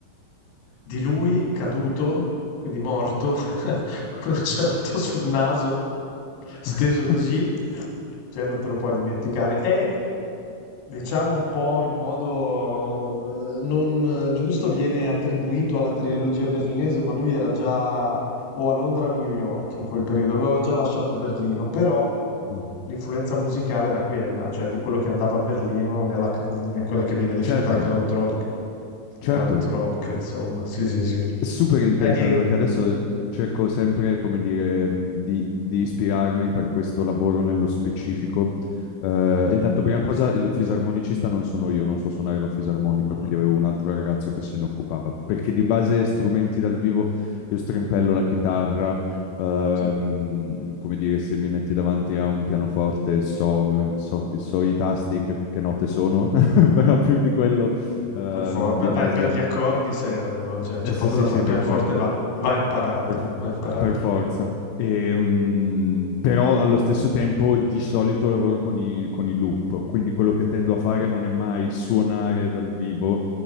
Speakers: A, on the left; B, on the left.
A: Di lui caduto, quindi morto, <laughs> con un cerotto sul naso, steso
B: <laughs>
A: così, cioè non te lo puoi dimenticare. E diciamo un po' in modo eh, non eh, giusto viene attribuito alla trilogia berlinese, ma lui era già o a Londra o a New York in quel periodo, aveva già lasciato Berlino, però
B: Oh,
A: l'influenza musicale era quella, cioè di quello che andava a Berlino nella- in quella che viene definita
B: Certo,
A: la Krautrock, Krautrock,
B: certo,
A: insomma, sì, sì, sì.
B: Super interessante
A: Beh, e
B: perché adesso cerco sempre, come dire, mh, di, di ispirarmi per questo lavoro nello specifico. Eh, intanto, prima cosa, il fisarmonicista non sono io, non so suonare la fisarmonica,
A: mh-mh,
B: quindi avevo un altro ragazzo che se ne occupava, perché di base strumenti dal vivo io strimpello la chitarra, ehm,
A: sì,
B: come dire, se mi metti davanti a un pianoforte so, so- so i tasti, che, che note sono, <laughs> però più di quello, ehm,
A: per for beh,
B: di
A: dai,
B: base...
A: per gli accordi servono, cioè c'è
B: eh, sì,
A: poco
B: sì,
A: da fare.
B: sì,
A: Il pianoforte
B: per forza.
A: va va imparato,
B: Per, fo-
A: va imparato.
B: per forza. Ehm, però allo stesso tempo di solito lavoro con i, con i loop, quindi quello che tendo a fare
A: Mh-mh.
B: non è mai suonare dal vivo.